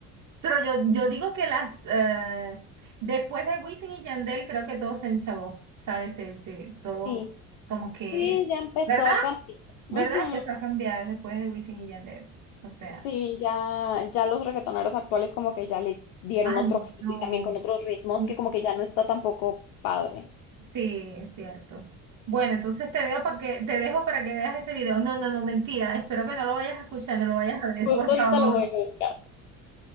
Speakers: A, on the right; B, on the left.
A: Pero yo, yo digo que las eh, después de Wisin y Yandel creo que todo se enchabó, ¿sabes? Se, se- todo
B: Sí,
A: como que,
B: sí, ya empezó
A: ¿verdad?
B: a cambiar. Ujú.
A: ¿Verdad? Empezó a cambiar después de Wisin y Yandel. O sea,
B: Sí, ya, ya los reggaetoneros actuales como que ya le dieron
A: ay,
B: otro giro
A: no.
B: y también con otros ritmos
A: Sí,
B: que como que ya no está tampoco padre.
A: Sí, es cierto. Bueno, entonces te dejo para que te dejo para que veas ese video. No, no, no, mentira. Espero que no lo vayas a escuchar, no lo vayas a ver,
B: Justo
A: por
B: ahorita
A: favor.
B: lo voy
A: <laughs>
B: a buscar.